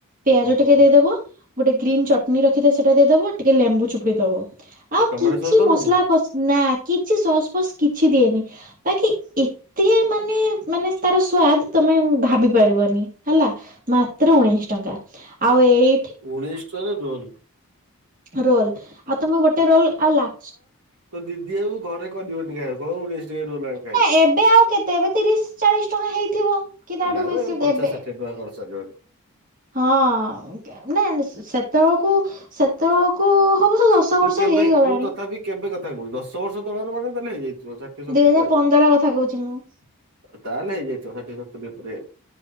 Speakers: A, on the right (about 40°); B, on the right (about 75°).
A: ପିଆଜ
B: ଓହୋ
A: ଟିକେ ଦେଇଦବ। ଗୋଟେ ଗ୍ରୀ ଚଟଣି ରଖିଥାଏ ସେଇା ଦେଇଦବ ଟିକେ ଲେମ୍ବୁ ଚୁପୁଡ଼ିଦବ ଆଉ
B: ତମର
A: କିଛି
B: ସସ୍ ଦବନି
A: ମସଲା ପ ନା କିଛି ସସ୍ପସ୍ କିଛି ଦିଏନି ବାକି ଏତେ ମାନେ ମାନେ ତାର ସ୍ଵଦ ତମ ଭାବି ପାରିବନି ହେଲା ମାତ୍ର ଉଣେଇଶ ଟଙ୍କା ଆଉ ଏଇ।
B: ଉଣେଇଶ ଟଙ୍କା ରେ ରୋଲ।
A: ରୋଲ ଆଉ ତମର ଗୋଟେ ରୋଲ ଆଉ ଲ।
B: ତ ଦିଦି ଆଉ ଘରେ କରିବନି ଖାଇ କଉଶ ଟେ ରୋଲାଣି ଖାଇ।
A: ନା ଏବେ ଆଉ କେତେ ଏବେ ତିରିଶ ଚାଳିଶ ଟଙ୍କା ହେଇଥିବ କି ତାଠୁ
B: ନା
A: ବେଶୀ
B: ବେ ପଚାଶ
A: ଦେବେ।
B: ଷାଠିଏ ଟଙ୍କା ଖର୍ଚ୍ଚ ସରିବଣି
A: ହଁ ନାଇ ସେତେବେଳକୁ ସେତେବେଳକୁ। ହବ ସେ ଦଶ
B: ତୁ
A: ବର୍ଷ
B: କେବେ
A: ହେଇଗଲାଣି
B: ତୁ ତଥାପି କେବେ କଥା କହୁଛୁ ଦଶ ବର୍ଷ ତଳରେ ମାନେ ତାେଲେ ହେଇଯାଇଛି। ଅଷାଠି ସତର
A: ଦୁଇ ହଜାର
B: ଟା ହେଇଯାଇଛି
A: ପନ୍ଦର କଥା କହୁଛି ମୁଁ ହଁ
B: ତାହେଲେ ହେଇଯାଇଛି ଷାଠିଏ ସତୁରି ଭିତରେ।